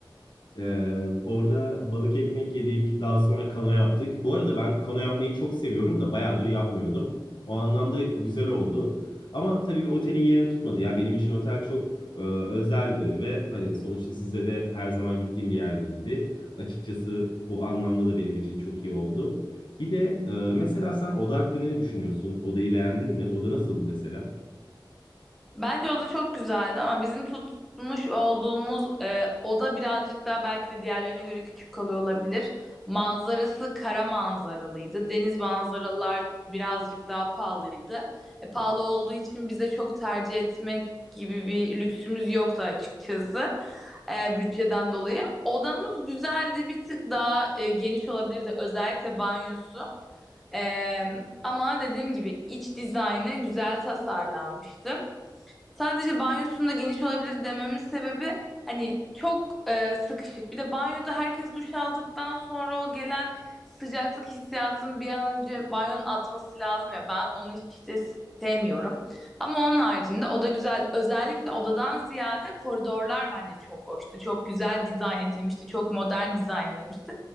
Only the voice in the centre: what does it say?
Bence o da çok güzeldi ama bizim tutmuş olduğumuz e, oda birazcık daha belki de diğerlerine göre küçük kalıyor olabilir. Manzarası kara manzaralıydı. Deniz manzaralar birazcık daha pahalıydı. E, pahalı olduğu için bize çok tercih etmek gibi bir lüksümüz yoktu açıkçası. E, bütçeden dolayı. Odamız güzeldi. Bir tık daha e, geniş olabilirdi. Özellikle banyosu. E, ama dediğim gibi iç dizaynı güzel tasarlanmıştı. Sadece banyosunda geniş olabilir dememin sebebi hani çok e, sıkışık. Bir de banyoda herkes duş aldıktan sonra o gelen sıcaklık hissiyatını bir an önce banyonun atması lazım ya. Ben onu işte sevmiyorum. Ama onun haricinde o da güzel. Özellikle odadan ziyade koridorlar bence çok hoştu. Çok güzel dizayn edilmişti. Çok modern dizayn edilmişti.